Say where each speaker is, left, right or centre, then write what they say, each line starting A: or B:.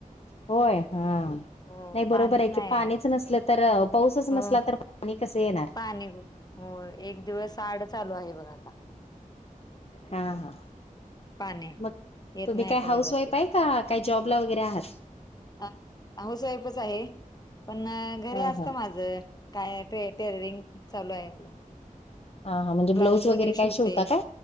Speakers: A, on the left; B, on the left.
A: होय हा.
B: हो
A: नाही बरोबर
B: पाणीच
A: आहे
B: नाही
A: की पाणीच नसलं तर पाऊसच
B: हो
A: नसला तर पाणी कस येणार?
B: पाणी हो एक दिवसआड चालू आहे बघ आता.
A: हा हा
B: पाणी
A: मग
B: येत
A: तुम्ही
B: नाही
A: काय
B: आता
A: हाऊस
B: व्यवस्थित
A: वाईफ आहे का? काय जॉबला वगैरे आहात?
B: अं हाऊस वाइफ च आहे. पण घरी
A: हा
B: असत
A: हा.
B: माझ. काय ते टेटरिंग चालू आहे आपलं.
A: हा हा म्हणजे
B: ब्लाऊज वगैरे
A: काय
B: शिवते.
A: शिवता काय?